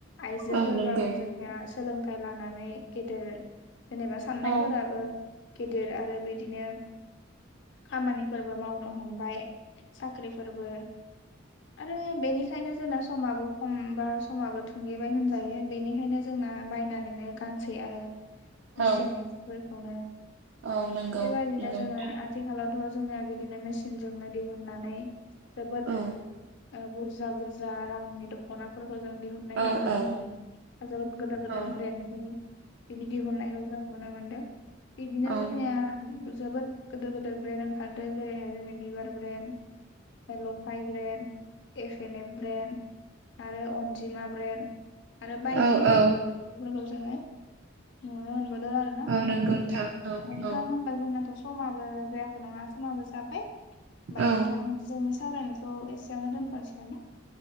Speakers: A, on the left; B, on the right.
A: आइजोफोरबाबो
B: औ नंगौ
A: जोंनिया सोलोंथाइ लानानै गेदेर जेनेबा साननायफोराबो
B: औ
A: गेदेर आरो बिदिनो खामानिफोरबो मावनो हमबाय साख्रिफोरबो आरो बेनिखायनो जोंना समाबो खम बा समाबो थुंगेबाय होनजायो, बेनिखायनो जोङो दाना बायनानैनो गानसै आरो। मिसिंनि
B: औ
A: सिफोरखौनो
B: औ नंगौ
A: बेबायदिनो
B: नंगौ
A: जोङो
B: नोंथां
A: आथिखालावथ' जोङो बिदिनो मेसिनजोंनो दिहुननानै जोबोद
B: औ
A: ओ बुरजा बुरजा रांनि दख'नाफोर खौ जों दिहुननायखौ
B: औ
A: नुनो
B: औ
A: मोनो, जोबोद गोदोर गोदोर
B: औ
A: ब्रेन्डनि बिनि दिहुननायखौ जों नुनो मोनदों। बिदिनो
B: औ
A: जोंनिया जोबोद गोदोर गोदोर ब्रेन्ड ओंखारदों जेरैहाय जोंनि बिबार ब्रेन्ड लफाय brand, F N F brand आरो अनजिमा ब्रेन्ड। आरो बायदि
B: औ औ
A: रोखोमनि जोङो नुनो मोनबावदों आरोना
B: औ
A: ओंखारनायखौ,
B: नंगौ नोंथां औ
A: नोंथां
B: औ
A: होनबा जोंनाथ' समाबो जायाखै नङा समाबो जाबाय, होमबा
B: औ
A: नोंथां जोंनि सावरायनाय खौ एसेयावनो दोनथ'नोसै नामा?